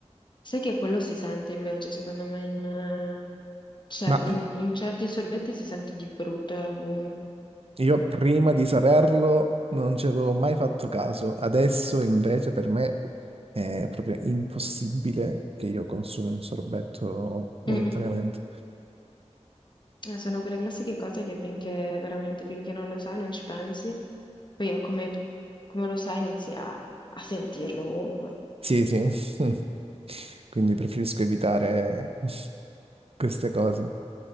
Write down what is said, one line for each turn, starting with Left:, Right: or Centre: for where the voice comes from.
Left: Sai che quello si sente invece, secondo me, in, eh, cioè,
Right: Ma
Left: in-
Right: eh,
Left: in certi sorbetti si sente di brutto l'albume.
Right: io prima di saperlo non ci avevo mai fatto caso, adesso invece per me è proprio impossibile che io consumi un sorbetto volontariamente.
Left: <laughs> Eh, Sono quelle classiche cose che finché veramente finché non lo sai non ci pensi, poi a come, come lo sai inizi a, a sentirlo ovunque.
Right: Sì, sì. <laughs> Quindi preferisco evitare <laughs> queste cose.